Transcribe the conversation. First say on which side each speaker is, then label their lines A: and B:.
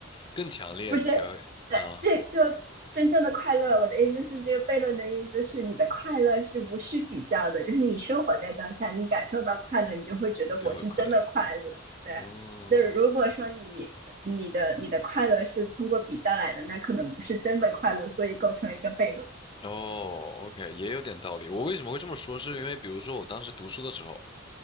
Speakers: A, on the left; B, on the right.
A: 更强烈，
B: <laughs> 不是。
A: 你才会啊，
B: 对，这这真正的快乐，我的意思是，这个悖论的意思是，你的快乐是无需比较的，就是你生活在当下，你感受到快乐，你就会觉得我是真的快乐。
A: 你就会快乐。
B: 对，
A: 嗯，
B: 那如果说你你的你的快乐是通过比较来的，那可能不是真的快乐，所以构成一个悖论。
A: 哦，OK，也有点道理。我为什么会这么说？是因为比如说我当时读书的时候，